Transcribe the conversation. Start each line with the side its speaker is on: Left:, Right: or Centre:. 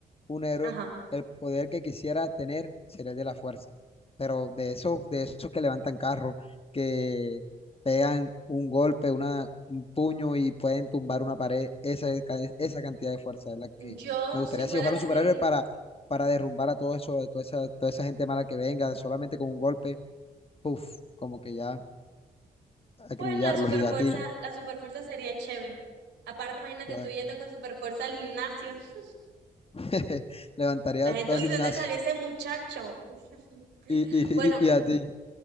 Left: un héroe,
Right: Ajá.
Left: el poder que quisiera tener sería el de la fuerza. Pero de esos, de esos que levantan carros, que pegan un golpe, una, un puño y pueden tumbar una pared, esa, es ca- esa cantidad de fuerza es la que
Right: Yo,
Left: me gustaría
Right: si fuera
Left: si yo fuera
Right: así,
Left: un superhéroe para, para derrumbar a todo eso, a toda esa, toda esa gente mala que venga, solamente con un golpe, puff, como que ya acribillarlos
Right: pues la superfuerza,
Left: y a ti.
Right: la superfuerza sería chévere. Aparte, imagínate
Left: <laughs>
Right: tú yendo con superfuerza al gimnasio. <laughs>
Left: <laughs> Levantaría
Right: La gente,
Left: todo
Right: uy,
Left: el gimnasio.
Right: ¿de ¿dónde salió ese muchacho? <laughs>
Left: Y, y,
Right: Bueno,
Left: y, y a ti,